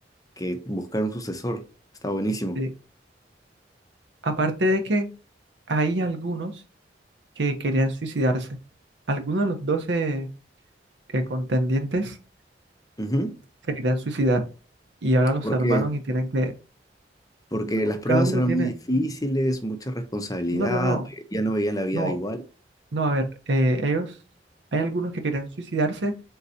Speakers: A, on the left; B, on the right.
A: que buscar un sucesor. Está buenísimo.
B: Sí. Aparte de que hay algunos que querían suicidarse. Algunos de los 12 eh, contendientes
A: Ujú.
B: se querían suicidar y ahora los
A: ¿Por
B: salvaron
A: qué?
B: y tienen que...
A: Porque
B: no,
A: las pruebas
B: Cada uno
A: eran
B: tiene...
A: muy difíciles, mucha responsabilidad,
B: No, no, no,
A: ya no veían la vida
B: no,
A: igual.
B: no, a ver, eh, ellos... Hay algunos que querían suicidarse